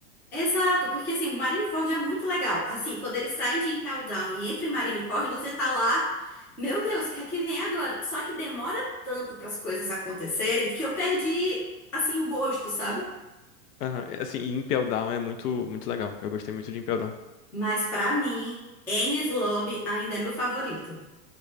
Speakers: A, in the centre; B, on the left.
A: Exato, porque assim, o Marineford é muito legal. Assim, quando eles saem de Impel Down e entram em Marineford, você tá lá, meu Deus, o que é que vem agora? Só que demora tanto pras coisas acontecerem que eu perdi, assim, o gosto, sabe?
B: Aham, é, Assim, e Impel Down é muito, muito legal. Eu gostei muito de Impel Down.
A: Mas pra mim, Enies Lobby ainda é meu favorito.